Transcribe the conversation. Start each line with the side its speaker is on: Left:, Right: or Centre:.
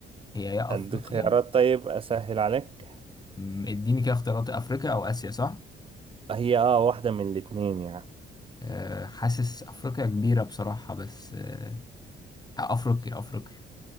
Left: هي يا أفريقيا
Right: اديك خيارات طيب اسهل عليك
Left: أمم، اديني كده اختيارات أفريقيا أو آسيا صح؟
Right: هي اه واحدة من الاتنين يعني
Left: آه، حاسس أفريقيا كبيرة بصراحة بس آه، آه، أفريقيا أفريقيا